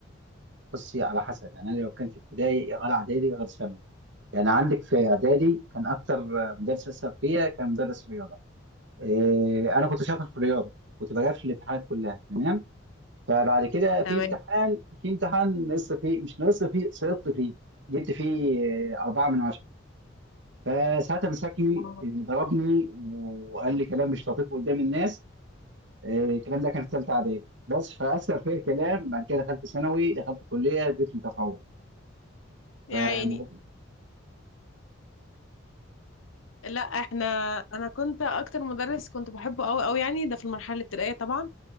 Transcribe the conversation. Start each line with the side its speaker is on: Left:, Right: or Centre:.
Right: بصي على حسب يعني انا لو كان في ابتدائي غير اعدادي غير ثانوي يعني عندك في اعدادي كان اكتر مدرس اثر فيا كان مدرس رياضه إيه انا كنت شاطر في الرياضه كنت بجاوب في الامتحانات كلها تمام فبعد كده في
Left: تمام
Right: امتحان في امتحان نقصت فيه مش نقصت فيه سقطت فيه جبت فيه إيه، أربعة من عشرة فساعتها مسكني
Left: آه.
Right: إيه، ضربني وقال لي كلام مش لطيف قدام الناس إيه، الكلام ده كان في ثالثه اعدادي بس فاثر فيا الكلام بعد كده دخلت ثانوي دخلت كليه بقيت متفوق
Left: يعني
Right: ف
Left: لا احنا انا كنت اكتر مدرس كنت بحبه قوي قوي يعني ده في المرحلة الابتدائية طبعا